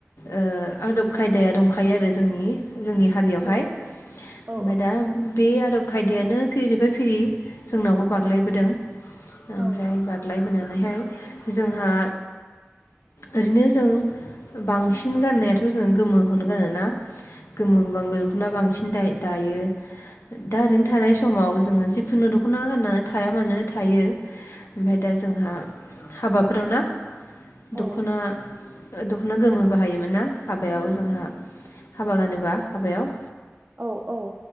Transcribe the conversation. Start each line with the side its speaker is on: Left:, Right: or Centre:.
Left: ओ आदब खायदाया दंखायो आरो जोंनि जोंनि हारियावहाय।
Right: औ
Left: ओमफ्राइदा
Right: औ
Left: बे बे आदब खायदायानो फिरिनिफ्राय फिरि जोंनावबो बाग्लायबोदों। ओमफ्राय
Right: औ
Left: बादलायबोनानैहाय जोंहा। ओरैनो जों बांसिन गाननायाथ जों गोमोखौनो गानोना। गोमो गोबां दा दायो। दा ओरैनो
Right: औ
Left: थानाय समाव जिखुनु दखना गाननानै थाया मानो थायो ओमफफ्राय दा जोंहा हाबाफोराव ना।
Right: औ
Left: दखना दखना गोमोबो हायोमोन ना हाबायाव जोंहा हाबा गानोबा हाबायाव।
Right: औ औ